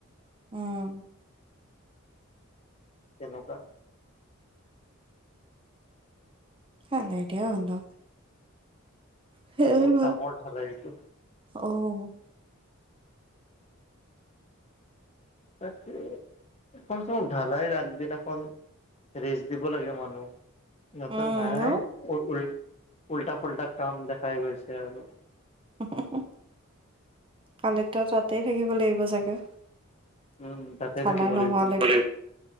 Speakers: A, on the right (about 25°); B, on the left (about 30°).
A: উম
B: তেনেকুৱা
A: হে নিদিয়াই হ'ল আও, সেইয়াই
B: মানে বহুত
A: ভাল।
B: ডাঙৰ ঢালাই এইটো
A: অ
B: তাকে কমচে কম ঢালাই আগদিনাখন ৰেষ্ট দিব লাগে মানুহ সিহঁতৰ
A: উম,
B: নাই
A: ন
B: <unintelligible> উল্টা ফুলটা কাম দেখাই গৈছে আৰু।
A: হু হু হু কালিটো তাতেই থাকিব লাগিব চাগে
B: উম তাতে
A: ঢালাই
B: থাকিব
A: নোহোৱালৈকে
B: লাগিব